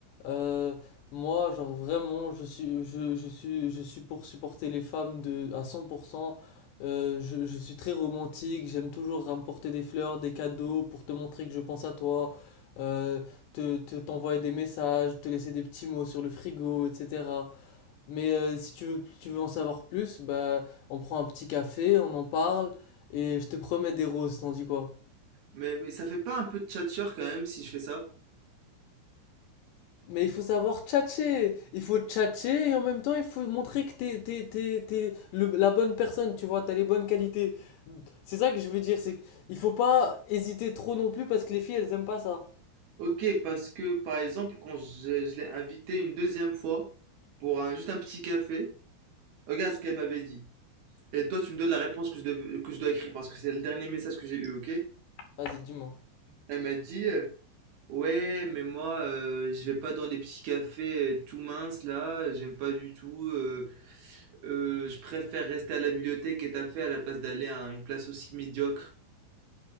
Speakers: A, on the left; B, on the right.
A: Euh, moi, genre vraiment, je suis, je, je suis, je suis pour supporter les femmes de à 100%. Euh, je, je suis très romantique. J'aime toujours rapporter des fleurs, des cadeaux pour te montrer que je pense à toi. Euh, te, te, t'envoyer des messages, te laisser des petits mots sur le frigo, etc. Mais euh, si tu veux, tu veux en savoir plus, bah, on prend un petit café, on en parle, et je te promets des roses, t'en dis quoi?
B: Mais, mais ça fait pas un peu de tchatcher quand même si je fais ça?
A: Mais il faut savoir tchatcher! Il faut tchatcher, et en même temps, il faut montrer que t'es, t'es, t'es, t'es le- la bonne personne, tu vois, t'as les bonnes qualités. C'est ça que je veux dire, c'est qu'il faut pas hésiter trop non plus, parce que les filles, elles aiment pas ça.
B: Ok, parce que par exemple, quand je, je l'ai invitée une deuxième fois pour un, juste un petit café, regarde ce qu'elle m'avait dit. Et toi, tu me donnes la réponse que je, dev- que je dois écrire parce que c'est le dernier message que j'ai eu, ok?
A: Vas-y, dis-moi.
B: Elle m'a dit, euh, ouais, mais moi, euh, je vais pas dans les petits cafés euh, tout minces là, j'aime pas du tout. euh, euh, je préfère rester à la bibliothèque et t'as fait à la place d'aller à une place aussi médiocre.